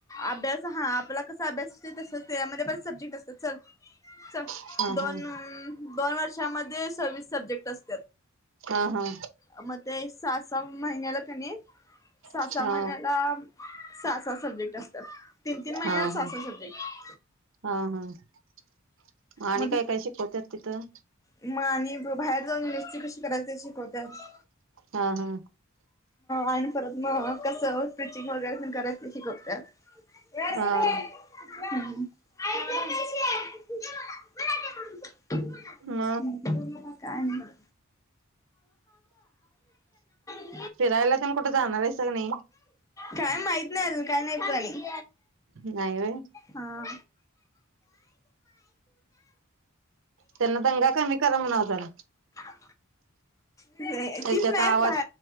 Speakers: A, on the left; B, on the right.
A: अभ्यास हा आपला कसा अभ्यास ये तसाच त्यामध्ये पण सब्जेक्ट असतात. चल च
B: हा
A: दोन
B: हा
A: दोन वर्षामध्ये सव्वीस सब्जेक्ट अस-
B: हा
A: <inaudible> म ते सा सव महिन्याला कणी सा
B: हा
A: सा महिन्याला
B: हा
A: सहा सहा सब्जेक्ट असतात. तीन तीन महिन्याला
B: हा
A: सहा
B: हा
A: सहा सब्जेक्ट
B: हा हा आणि
A: मग
B: काय काय शिकवत्यात तिथं
A: मग आणि बाहेर जाऊन <inaudible> कशी करायची शिकवत्यात
B: हा हा
A: आणि परत म कसं स्टिचिंग वगैरे पण करायचं शिकवत्यात <unintelligible>
B: हा
A: हं आई दे पैसे दे मला मला दे मग
B: ह.
A: <inaudible> काय नाही. <unintelligible>
B: फिरायला ते न कुठ जाणारयसा नाही.
A: काय माहित नाही अजून काय नाही प्लॅनिंग
B: नाही बाई.
A: हा
B: त्यांना दंगा कमी करा म्हणाव जरा.
A: <inaudible> तीच
B: त्याच्यात
A: नाहीत
B: आवाज
A: बा